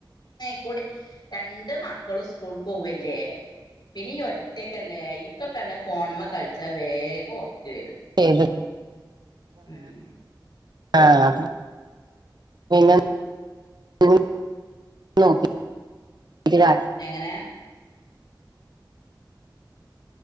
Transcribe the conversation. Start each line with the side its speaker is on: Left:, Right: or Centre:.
Left: ക്കൂടി രണ്ട് മക്കളും സ്കൂൾ പോവല്ലേ പിന്നെ ഈ ഒറ്റക്കല്ലേ ഇനിക്കൊക്കെയാണ് ഫോണമ്മ കളിച്ചാൽ വേഗം ഒറക്ക വരും
Right: ചെയത്
Left: ഉം
Right: ആഹ് <unintelligible> <unintelligible>
Left: എങ്ങനാ